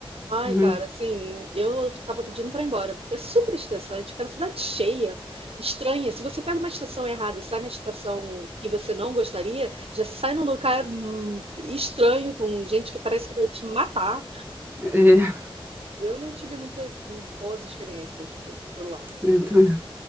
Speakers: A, on the right; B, on the right.
A: Ai,
B: hum.
A: cara, assim, eu tava pedindo pra ir embora, porque é super estressante, cara, cidade cheia, estranha. Se você pega uma estação errada e sai na estação que você não gostaria, já sai num lugar hum, estranho, com gente que parece que vai te matar.
B: É,
A: Eu não tive muitas boas experiências por, por lá.
B: eu também